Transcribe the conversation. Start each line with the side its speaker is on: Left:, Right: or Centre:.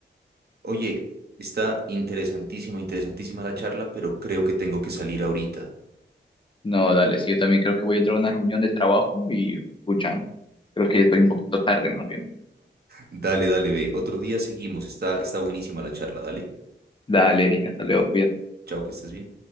Right: Oye, está interesantísima, interesantísima la charla, pero creo que tengo que salir ahorita.
Left: No, dale, sí, yo también creo que voy a entrar a una reunión de trabajo y, escuchan, creo que estoy un poquito tarde más bien.
Right: Dale, dale, ve. Otro día seguimos, está, está buenísima la charla, dale.
Left: Dale, Erika, hasta luego, cuídate.
Right: Chao, que estés bien.